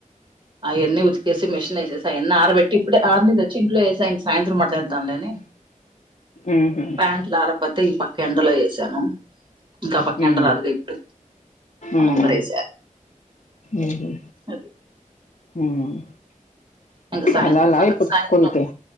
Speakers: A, on the right (about 35°); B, on the left (about 60°).
A: అయన్ని ఉతికేసి మిషన్ వేసేసి అయన్ని ఆరబెట్టి ఇప్పుడే ఆరినియి తెచ్చి ఇంట్లో యేసా ఇంక సాయంత్రం మడతేద్దాంలే అని
B: ఉహు
A: ప్యాంట్లు ఆరకపోతే ఈ పక్క ఎండలో వేసాను ఇంకా ఆ పక్క
B: ఉమ్
A: ఎండ రాదుగా ఇప్పుడు
B: ఉమ్
A: ముందరేస
B: ఉహు
A: అది
B: ఉమ్
A: ఇంకా సాయంత్రం
B: వెళ్ళాలా
A: సంగతి
B: ఇప్పుడు
A: సాయంత్రం
B: స్కూల్కి